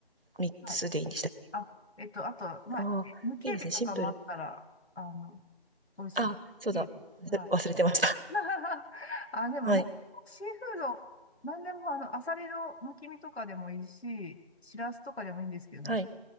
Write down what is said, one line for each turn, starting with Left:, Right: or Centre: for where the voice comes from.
Right: 3つでいいんでしたっけ
Left: はい。あ、えっと、あとまあ、
Right: ああ、
Left: 無警備とかもあったら、
Right: いいですね。シンプル。
Left: あの、美味しい。
Right: あ、そうだ。
Left: 警備。
Right: 忘れ忘れてました。
Left: はい。<laughs> あ、でも、
Right: <laughs> はい。
Left: なんでもシーフード、なんでも、あの、アサリのむき身とかでもいいし、シラスとかでもいいんですけどね。
Right: はい。